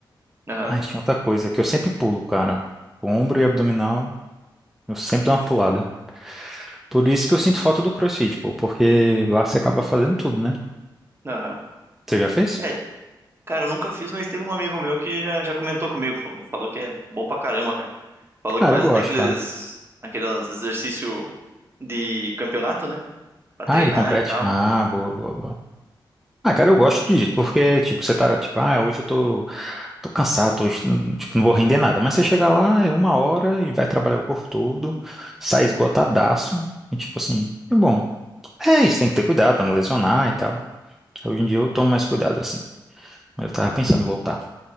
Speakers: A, on the right; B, in the centre.
A: Aham,
B: Ai, tinha outra coisa que eu sempre pulo, cara. Ombro e abdominal, eu sempre dou uma pulada. Por isso que eu sinto falta do CrossFit, pô, porque lá você acaba fazendo tudo, né?
A: aham.
B: Você já fez?
A: É, Cara, eu nunca fiz, mas teve um amigo meu que já, já comentou comigo. Falou, falou que é bom pra caramba, cara. Falou
B: Cara,
A: que faz
B: eu gosto,
A: até aqueles,
B: cara.
A: aqueles exercícios de campeonato, né? Pra
B: Ah,
A: treinar
B: ele compete?
A: e tal.
B: Ah, boa, boa, boa. Ah, cara, eu gosto
A: O-
B: disso, porque, tipo, você tá, tipo, ah, hoje eu tô. tô cansado, tô, tipo, não vou render nada. Mas você chega lá, é uma hora e vai trabalhar o corpo todo,
A: Uhum.
B: sai esgotadaço, e tipo assim, é bom. É isso, tem que ter cuidado pra não lesionar e tal. Hoje em dia eu tomo mais cuidado, assim. Eu tava pensando em voltar.